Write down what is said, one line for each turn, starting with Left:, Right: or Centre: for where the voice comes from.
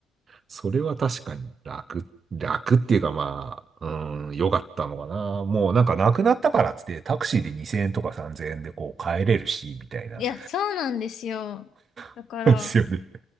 Right: それは確かに楽、楽っていうかまあ、うん、良かったのかな。もうなんかなくなったからっつってタクシーで2000円とか3000円でこう帰れるし、みたいな。
Left: いや、そうなんですよ。だから、
Right: <laughs> ですよね。